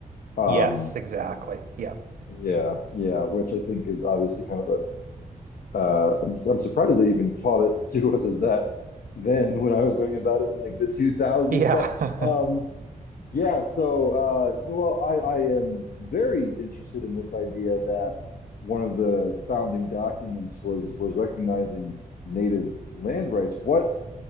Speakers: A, on the left; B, on the right.
A: Um,
B: Yes, exactly. Yeah.
A: yeah, yeah, which I think is obviously kind of a, uh, I'm, I'm surprised they even taught it to us as that then when I was learning about it in like the 2000s.
B: Yeah.
A: But um, yeah, so uh Noel, I, I am very interested in this idea that one of the founding documents was was recognizing native land rights. What